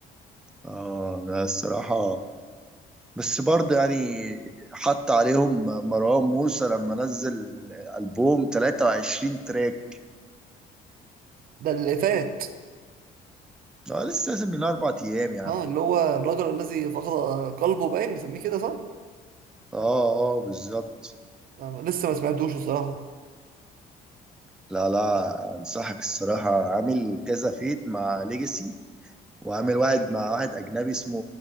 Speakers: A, in the centre; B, on the right.
A: اه لا الصراحة بس برضه يعني حط عليهم مروان موسى لما نزل ألبوم 23 تراك
B: ده اللي فات
A: اه لسه لازم من اربع ايام يا عم
B: اه اللي هو الرجل الذي فقد قلبه باين مسميه كده صح؟
A: اه اه بالظبط
B: آه لسه ما سمعتوش الصراحة
A: لا لا انصحك الصراحه عامل كذا فيت مع ليجاسي وعامل واحد مع واحد اجنبي اسمه